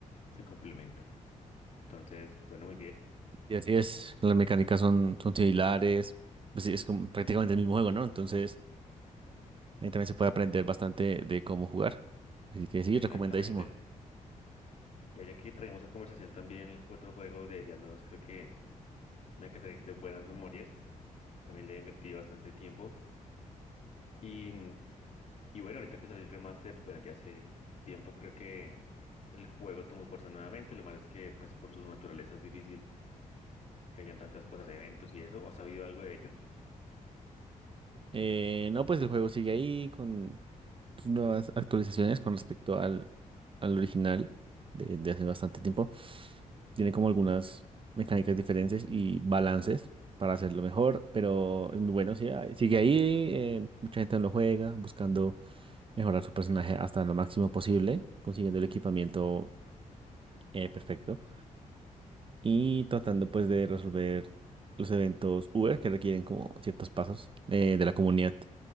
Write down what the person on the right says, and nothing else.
Y así es, las mecánicas son, son similares, pues sí, es como prácticamente el mismo juego, ¿no? Entonces ahí también se puede aprender bastante de cómo jugar. Así que sí,
recomendadísimo.
Eh, no, pues el juego sigue ahí con sus nuevas actualizaciones con respecto al, al original de, de hace bastante tiempo. Tiene como algunas mecánicas diferentes y balances para hacerlo mejor, pero es muy bueno, sí, ah, sigue ahí. eh, mucha gente no lo juega buscando mejorar su personaje hasta lo máximo posible, consiguiendo el equipamiento eh, perfecto y tratando pues de resolver los eventos Uber que requieren como ciertos pasos eh, de la comunidad.